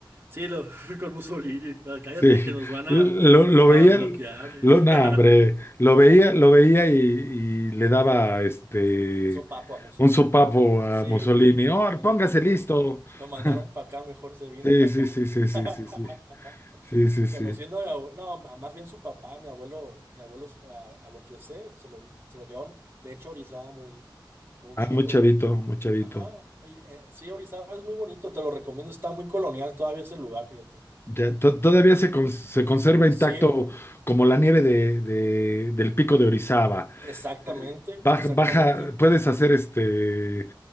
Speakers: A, on the right; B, on the left.
A: Sí, lo, <laughs> con Mussolini. no, Cállate
B: Sí,
A: que nos van a,
B: lo, lo
A: a
B: veía,
A: bloquear. <laughs>
B: lo, no, hombre, lo
A: Era
B: veía, lo veía y, y le daba este
A: un sopapo a Mussolini.
B: un sopapo a
A: Sí,
B: Mussolini. ¡Oh,
A: y- y-
B: póngase
A: y
B: listo!
A: to- lo mandaron
B: <laughs>
A: para acá, mejor se vino
B: Sí,
A: para
B: sí,
A: acá.
B: sí, sí, sí, sí,
A: <laughs>
B: sí, sí, sí, sí.
A: Conociendo a mi abuelo, no, ma- más bien su papá, mi abuelo, mi abuelo, a, a lo que sé, se lo, se lo llevaron, de hecho, a Orizaba muy, muy
B: Ah,
A: chico.
B: muy chavito, muy chavito.
A: Ajá, y, eh, sí, Orizaba es muy bonito, te lo recomiendo, está muy colonial todavía ese lugar, fíjate.
B: Ya, to- todavía se, cons- se conserva intacto
A: Sí,
B: como la nieve de, de- del pico de Orizaba.
A: exactamente,
B: Eh, Baja,
A: exactamente.
B: baja, puedes hacer este